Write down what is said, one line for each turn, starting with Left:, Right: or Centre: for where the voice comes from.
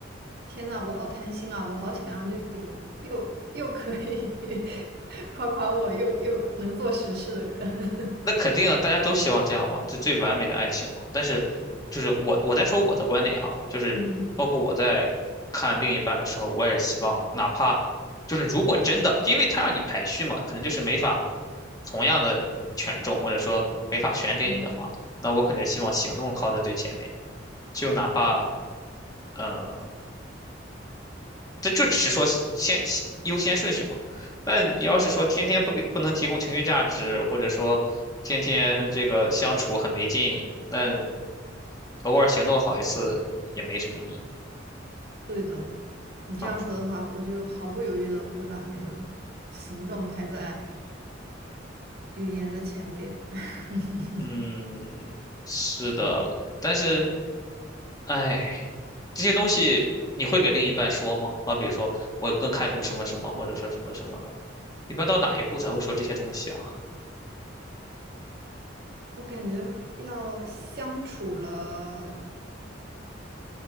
Right: 天呐，我好贪心啊，我好想要那种又又可以 <laughs> 夸夸我，又又能做实事的人。<laughs>
Left: 那肯定啊大家都希望这样嘛，这最完美的爱情嘛。但是，就是我我在说我的观点哈，就是包括我在看另一半的时候，
Right: 嗯
Left: 我也是希望，哪怕就是如果真的，因为他让你排序嘛，可能就是没法同样的权重，或者说没法全给你的话，
Right: 嗯，
Left: 那我肯定是希望行动靠在最前面，就哪怕嗯、呃这就只是说先先优先顺序嘛。但你要是说天天不给不能提供情绪价值，或者说天天这个相处很没劲，那偶尔行动好一次也没什么意义
Right: 对的。你这样说的话，
Left: 啊。
Right: 我就毫不犹豫的会把那个行动排在。语言的前边。<laughs>
Left: 嗯，是的，
Right: 是
Left: 但是哎，这些东西你会给另一半说吗？好比如说我更看重什么什么，或者说什么什么的，一般到哪一步才会说这些东西啊？
Right: 我感觉会要相处了，